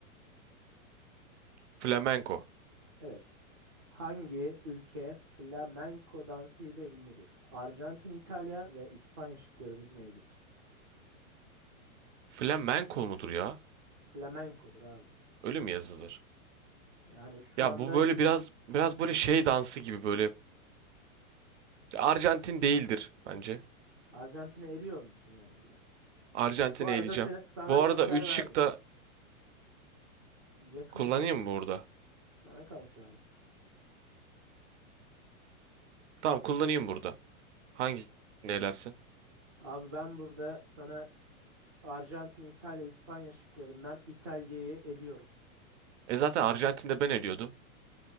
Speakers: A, on the right; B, on the right.
A: Flamenco.
B: Evet. Hangi ülke flamenco dansı ile ünlüdür? Arjantin, İtalya ve İspanya şıklarımız mevcut.
A: Flamenco mudur ya?
B: Flamenco'dur abi.
A: Öyle mi yazılır?
B: Yani şu
A: Ya
B: anda
A: bu böyle biraz biraz böyle şey dansı gibi böyle. Arjantin değildir bence.
B: Arjantin'i eliyor musun yani burada?
A: Arjantin'e
B: Bu arada
A: eleyeceğim.
B: sen- sana
A: Bu
B: Joker
A: arada 3
B: verdim.
A: şık da
B: Yakın
A: kullanayım
B: gibi.
A: mı burada?
B: Sana kalmış abi.
A: Tamam kullanayım burada. Hangi elersin?
B: Abi ben burada sana Arjantin, İtalya, İspanya şıklarından İtalya'yı eliyorum.
A: E zaten Arjantin'de ben eliyordum.